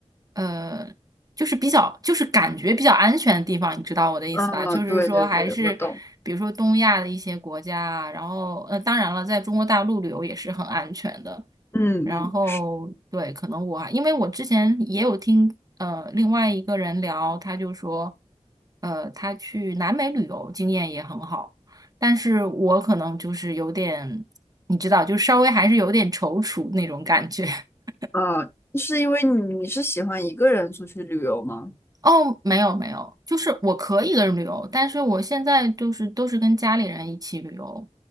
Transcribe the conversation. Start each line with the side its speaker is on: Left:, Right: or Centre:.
Right: 呃，就是比较就是感觉比较安全的地方，你知道我的意思吧？
Left: 啊，
Right: 就是说还是比如说东亚的一些国家啊然后呃，
Left: 对对对，我懂，
Right: 当然了，在中国大陆旅游也是很安全的。
Left: 嗯嗯。
Right: 然后对，可能我还因为我之前也有听呃另外一个人聊，他就说，呃，他去南美旅游经验也很好。但是我可能就是有点，你知道，就稍微还是有点踌躇那种感觉。<laughs>
Left: 啊，是因为你你是喜欢一个人出去旅游吗？
Right: 哦，没有没有，就是我可以一个人旅游，但是我现在就是都是跟家里人一起旅游。